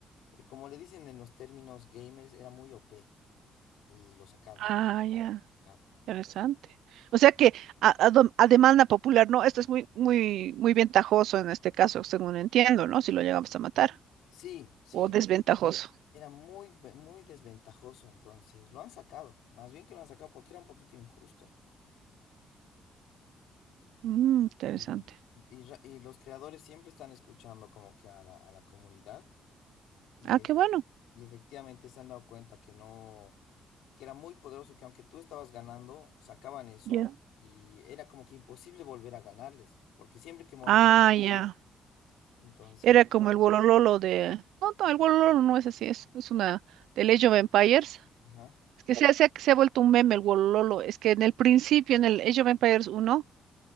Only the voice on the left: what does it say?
eh, como le dicen en los términos gamers, era muy OP y lo sacaron.
sacado.
Sí, sí,
era muy, ve- muy desventajoso. Entonces, lo han sacado. Más bien que lo han sacado porque era un poquito injusto.
Y, y ra- y los creadores siempre están escuchando como que a la, a la comunidad y,
e-
y efectivamente se han dado cuenta que no, que era muy poderoso, que aunque tú estabas ganando, sacaban eso
y era como que imposible volver a ganarles, porque siempre que morían,
perdían. entonces,
ajá,